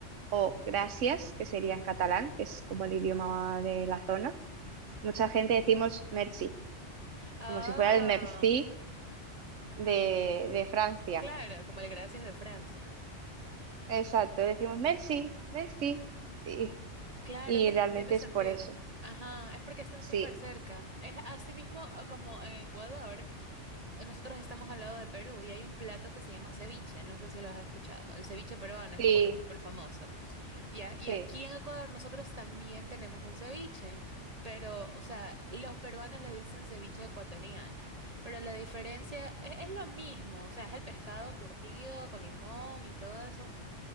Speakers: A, on the right; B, on the right.
A: o gracias, que sería en catalán, que es como el idioma de la zona,
B: Ujú.
A: mucha gente decimos merci,
B: Ah,
A: como si fuera el merci de, de Francia.
B: claro, como el Gracias de Francia.
A: Exacto, decimos merci, merci, y,
B: Claro,
A: y
B: tiene,
A: realmente
B: tiene sentido.
A: es por eso.
B: Ajá, es porque están
A: Sí,
B: súper cerca. Es así mismo eh, como en Ecuador. eh, Nosotros estamos al lado de Perú y hay un plato que se llama ceviche. No sé si lo has escuchado. El ceviche peruano
A: sí,
B: es como que súper famoso. Ya,
A: sí.
B: y aquí en Ecuador nosotros también tenemos un ceviche. Pero, o sea, los peruanos le dicen ceviche ecuatoriano. Pero la diferencia es, es lo mismo. O sea, es el pescado curtido con limón y todo eso